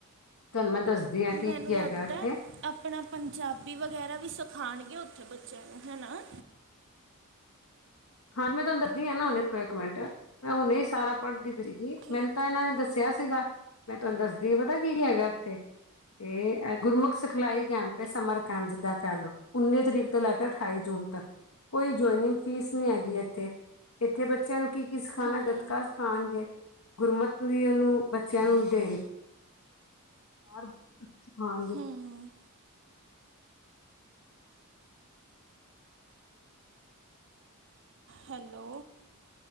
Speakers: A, on the left; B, on the right.
A: ਤੁਹਾਨੂੰ ਮੈਂ ਦੱਸਦੀ ਹਾਂ, ਕੀ-ਕੀ
B: ਮੈਨੂੰ
A: ਹੈਗਾ,
B: ਲੱਗਦਾ
A: ਉੱਥੇ
B: ਹੈ ਆਪਣਾ ਪੰਜਾਬੀ ਵਗੈਰਾ ਵੀ ਸਿਖਾਣਗੇ, ਉੱਥੇ ਬੱਚੇਆਂ ਨੂੰ ਹੈਨਾ।
A: ਹਾਂਜੀ, ਮੈਂ ਤੁਹਾਨੂੰ ਦੱਸਦੀ ਆ, ਨਾ ਹੁਣੇ ਇੱਕ ਮਿੰਟ, ਮੈਂ ਹੁਣੇ ਈ ਸਾਰਾ ਪੜ੍ਹਦੀ ਪਈ ਸੀ,
B: ਠੀਕ
A: ਮੈਨੂੰ ਤਾਂ
B: ਹੈ
A: ਏਨਾਂ
B: ਠੀਕ
A: ਨੇ ਦੱਸਿਆ ਸੀਗਾ। ਮੈਂ ਤੁਹਾਨੂੰ ਦੱਸਦੀ ਆ, ਪਤਾ ਕੀ-ਕੀ ਹੈਗਾ, ਓਥੇ ਏ ਗੁਰਮੱਖ ਸਿਖਲਾਈ ਕੈਂਪ। ਸਮਰ ਕੈਂਪ ਜਿੱਦਾਂ ਕੈਹਲੋ, ਉਨੀ ਤਰੀਕ ਤੋਂ ਲੈ ਕੇ ਅਠਾਈ ਜੂਨ ਤੱਕ, ਕੋਈ ਜੁਆਇਨਿੰਗ ਫੀਸ ਨੀ ਹੈਗੀ ਏਥੇ, ਏਥੇ ਬੱਚੇਆਂ ਨੂੰ ਕੀ-ਕੀ ਸਿਖਾਣਾ,
B: ਹੂੰ
A: ਗਤਕਾ ਸਿਖਾਂਣਗੇ। ਗੁਰਮੱਤ ਦੀ ਓਨੂੰ, ਬੱਚੇਆਂ ਨੂੰ ਦੇਣ ਬਾਰ ਕੁਛ ਖਾਂਣਗੇ।
B: ਹੂੰ ਹੈਲੋ।